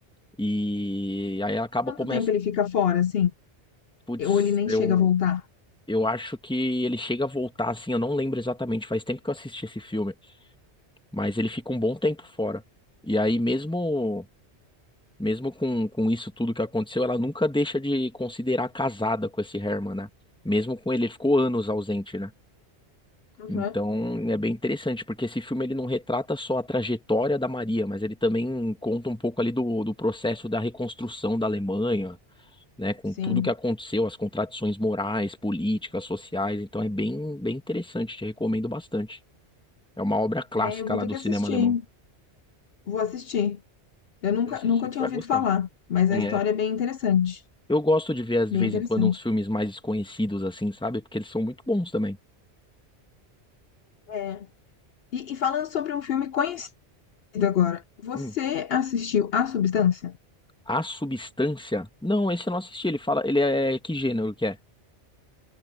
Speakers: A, in the centre; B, on the left.
A: e aí ela acaba,
B: Quanto
A: começa,
B: tempo ele fica fora, assim?
A: putz,
B: Ou ele nem
A: eu,
B: chega a voltar?
A: eu acho que ele chega a voltar, assim, eu não lembro exatamente, faz tempo que eu assisti esse filme, mas ele fica um bom tempo fora. E aí, mesmo, mesmo com, com isso tudo que aconteceu, ela nunca deixa de considerar casada com esse Herman, né? Mesmo com ele, ele ficou anos ausente, né?
B: Aham.
A: Então, é bem interessante, porque esse filme ele não retrata só a trajetória da Maria, mas ele também conta um pouco ali do, do processo da reconstrução da Alemanha, né, com
B: Sim.
A: tudo que aconteceu, as contradições morais, políticas, sociais. Então, é bem, bem interessante, te recomendo bastante. É uma obra clássica
B: É, eu vou
A: lá
B: ter
A: do
B: que
A: cinema
B: assistir.
A: alemão.
B: Vou assistir. Eu nunca,
A: Pode assistir
B: nunca
A: que
B: tinha
A: você vai
B: ouvido
A: gostar.
B: falar, mas
A: É.
B: a história é bem interessante.
A: Eu gosto de ver, de
B: Bem
A: vez
B: interessante.
A: em quando, uns filmes mais desconhecidos, assim, sabe? Porque eles são muito bons também.
B: É. E, e falando sobre um filme conhecido agora, você
A: Hum.
B: assistiu A Substância?
A: A Substância? Não, esse eu não assisti. Ele fala, ele é que gênero que é?